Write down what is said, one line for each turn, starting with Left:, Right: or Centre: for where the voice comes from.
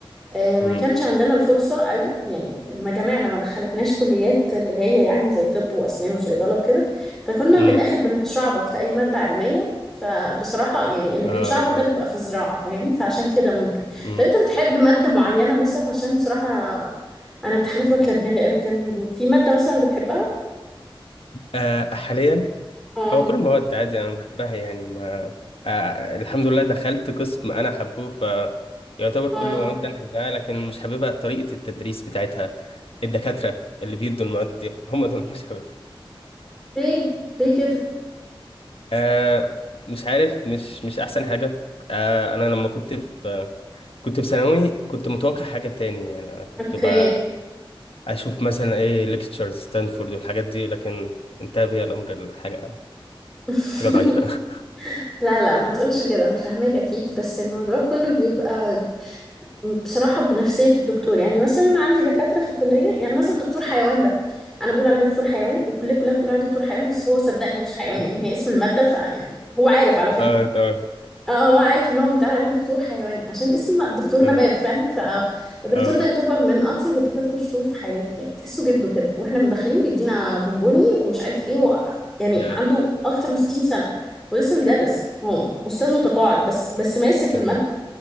Centre: آه، ما
Left: امم
Centre: كانش عندنا الفرصه قوي يعني ما جامعنا ما دخلتناش كليات اللي هي يعني زي طب واسنان وصيدله وكده فكنا
Left: امم
Centre: من الاخر بنتشعبط في اي ماده علميه فبصراحه يعني اللي
Left: اه
Centre: بيتشعبط ده بيبقى
Left: اه
Centre: في الزراعه فاهمني فعشان كده ممكن
Left: امم
Centre: طب انت بتحب ماده معينه مثلا عشان بصراحه انا امتحانات واكله دماغي قوي الكام يوم دول في ماده مثلا بتحبها
Left: آه حاليا
Centre: اه
Left: هو كل المواد عادي انا بحبها يعني ما آه الحمد لله دخلت قسم انا حبه ف يعتبر
Centre: اه
Left: كل المواد انا احبها لكن مش حاببها طريقة التدريس بتاعتها الدكاترة اللي بيدوا المواد دي هم دول مش حاببهم
Centre: ليه ليه كده
Left: آه مش عارف مش مش احسن حاجة آه انا لما كنت في آه كنت في ثانوي كنت متوقع حاجة تاني يعني انا كنت
Centre: اوكي
Left: بقى اشوف مثلا ايه ليكتشرز ستانفورد والحاجات دي لكن انتهى بي الامر الحاجة
Centre: <laughs>
Left: حاجة ضعيفة
Centre: لا لا ما تقولش كده انا فاهماك اكيد بس الموضوع كله بيبقى بصراحه بنفسيه الدكتور يعني مثلا انا عندي دكاتره في الكليه يعني مثلا دكتور حيوان ده انا بقول عليه دكتور حيوان والكليه كلها بتقول عليه دكتور حيوان بس هو صدقني مش حيوان
Left: <laughs>
Centre: يعني هي اسم الماده فيعني هو عارف على فكره
Left: اه تمام
Centre: اه هو عارف ان هو بيتقال عليه دكتور حيوان عشان اسمه دكتور
Left: اه
Centre: نبات فاهم فالدكتور
Left: آه.
Centre: ده يعتبر من اطيب الدكاتره اللي شفتهم في حياتي يعني تحسه جده كده واحنا من داخلين بيدينا بونبوني ومش عارف ايه هو يعني
Left: يا
Centre: عنده اكتر من 60 سنه ولسه بيدرس هو استاذ متقاعد بس بس ماسك
Left: فعلا
Centre: الماده